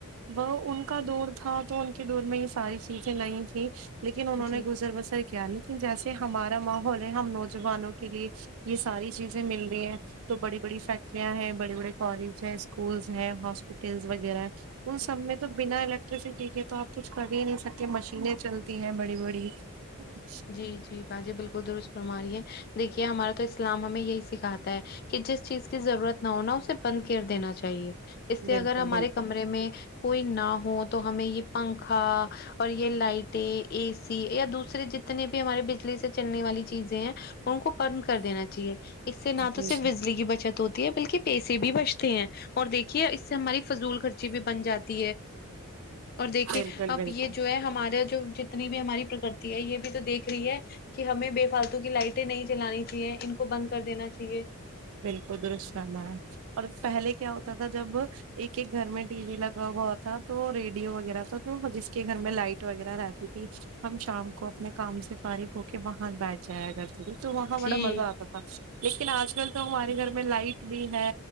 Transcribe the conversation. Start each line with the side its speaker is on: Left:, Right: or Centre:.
Right: وہ ان کا دور تھا تو ان کے دور میں یہ ساری چیزیں نہیں تھیں لیکن انہوں نے
Left: جی
Right: گزر بسر کیا لیکن جیسے ہمارا ماحول ہے ہم نوجوانوں کے لیے یہ ساری چیزیں مل رہی ہیں تو بڑی بڑی ف کٹریاں ہے بڑے بڑے کالج ہے اسکولس ہے ہاسپٹلس وغیرہ ان سب میں تو بنا الیکٹرسٹی کے تو آپ کچھ کر ہی نہیں سکتے مشین چلتی ہیں بڑی بڑی <inaudible>
Left: جی جی باجی بالکل درست فرماری ہے دیکھیے ہمارا تو اسلام ہمیں یہی سکھاتا ہے کہ جس چیز کی ضرورت نہ ہونا اسے بند کر دینا چاہیے اس لیے
Right: بالکل
Left: اگر ہمارے
Right: بالکل
Left: کمرے میں کوئی نہ ہو تو ہمیں یہ پنکھا اور یہ لائٹیں اے سی یا دوسرے جت نے بھی ہمارے بجلی سے چلنے والی چیزیں ہیں ان کو بند کر دینا چاہیے اس سے نہ
Right: جی
Left: تو صرف
Right: جی
Left: بجلی کی بچت ہوت ی ہے بلکہ پیسے بھی بچتے ہیں اور دیکھیے اس سے ہماری فضول خرچی بھی بن جاتی ہے اور دیکھیے
Right: بالکل
Left: اب
Right: بالکل
Left: یہ جو ہے ہمارے جو جتنی بھی ہماری پرکتی ہے یہ تو دیکھ رہی ہے کہ ہمیں بے فالتو کی لائٹیں نہیں چلانی چاہیے ان کو بند کر دینا چاہیے
Right: بالکل درست فرمایا اور پہلے کیا ہوتا تھا جب ایک ایک گھر میں ٹی وی لگا ہوا تھا تو ریڈیو وغیرہ تھا تو جس کے گھر میں لائٹ وغیرہ رہتی تھی ہم شام کو اپنے کام سے فارغ ہو کے وہاں بیٹھ جایا کرتے تھے تو وہاں بڑا
Left: جی
Right: مزہ آتا تھا لیکن آج کل تو ہمارے گھر میں لائٹ بھی ہے